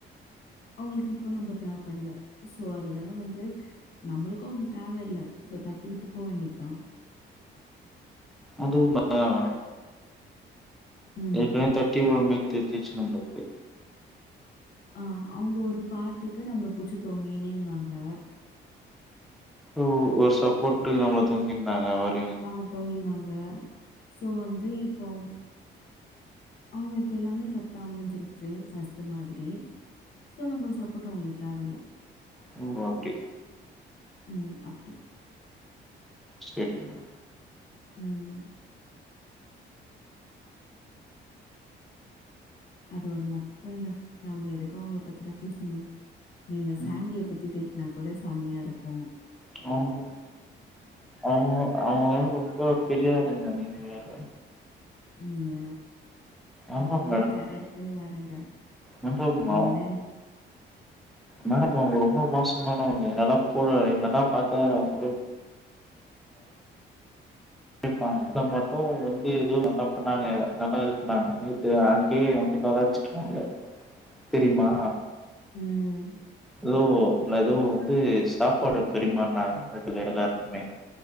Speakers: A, on the left (about 50°); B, in the centre.
A: அவுங்குளுக்கு இப்போ நம்ப தேவப்பட்ல சோ அதனால வந்து நம்மளுக்கு அவுங்கத் தேவ இல்ல சோ தட்டி விட்டு போ வேண்டித்தா
B: அதுவுமே வரே
A: ம்.
B: ஏற்கனவே தட்டி வுர்ற மேரி தெர்ஞ்சிச்சு நம்ளுக்கு
A: ஆ அவுங்க ஒரு பாட்டுக்கு நம்ள புச்சி தொங்கினே இந்தாங்கே
B: ஓ ஒரு சப்போட்டுக்கு நம்ள தொங்கிந்தாங்க வர்
A: ஆ தொங்கிந்தாங்க சோ வந்து இப்போம் அவுங்குளுக்கு எல்லாமே கர்ட்டா அமைஞ்சிருச்சு ஃபஸ்ட்டு மாதிரி சோ நம்ம சப்போர்ட்டு அவுங்குளுக்கு தேவல்ல
B: ஓ அப்டி
A: ம் அப்டி
B: சேரிங்க
A: ம் அது ஒரு மொக்கங்க நம்ப எதுக்க அவுங்களப் பத்திலா பேசிகினு நீங்க சேண்டியப்
B: ம்
A: பத்தி பேச்னா கூட செம்மையாருக்கு
B: அவுங்கப் அவுங்க அவுங்க வந்து ரொம்ப பெரியாளுங்க நீங்க வேற
A: ம் எ
B: ஆமா
A: அவுங்களா
B: மேடம்
A: கேரட்ரே வேறெங்க
B: மேடம்
A: அவுங்கனா எனக்
B: மேடக்லவ் அவுங்க ரொம்ப மோசமானவங்க எனனாப் <unintelligible> வைப்பாங்க அத மட்டு வந்து எதோ நல்லாப் பண்ணாங்க நல்லா இதுப் பண்ணாங்க நேத்து அன்னைகி வந்து கலாச்சி டோல தெரிமா
A: ம்
B: ஏதோ இ ஏதோ வந்து சாப்பாட பாரிமறனாங்க இல எல்லாருக்குமே